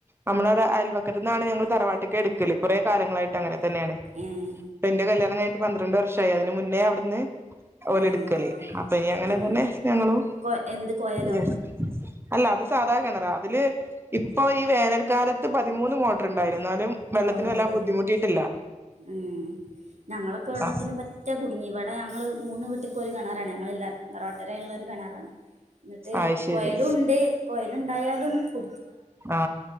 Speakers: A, on the right; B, on the right.
A: നമ്മള് അയൽവക്കത്ത് നിന്നാണ് ഞങ്ങൾ തറവാട്ടിക്ക് എടുക്കല് കുറെ കാലങ്ങളായിട്ടങ്ങനെ തന്നെയാണ്
B: ഏഹ്
A: എന്റെ കല്യാണം കഴിഞ്ഞിട്ട് പന്ത്രണ്ട് വർഷവായി അതിന് മുന്നേ അവിടുന്ന് ഓല
B: ഏഹ്
A: എടുക്കല് അപ്പൊ ഇനി എങ്ങനെയാ
B: അങ്
A: പോന്നെ ഞങ്ങളും
B: കൊ എന്ത് കൊയലോ
A: വിചാരിച്ച് അല്ല അത് സാധാകെണറ അതില് ഇപ്പൊ ഈ വേനൽക്കാലത്ത് പതിമൂന്ന് മോട്ടർണ്ടായിരുന്ന് ന്നാലും വെള്ളത്തിന്
B: ഓഹ്
A: വല്ലാതെ ബുദ്ധിമുട്ടിയിട്ടില്ല
B: ഉം ഞങ്ങളൊക്കെ വെള്ളത്തിന്
A: ആ
B: പറ്റെ കുടുങ്ങി വടെ ഞങള് മൂന്ന് വീട്ടക്കും ഒരു കെണറാണ് ഞങ്ങളെല്ലാരും തറവാട്ടെരേള്ള ഒരു കെണറാണ് ഇന്ന്ട്ട്
A: അത് ശരി
B: കൊയലുണ്ട് കൊയൽ എന്തായാലും കു
A: അ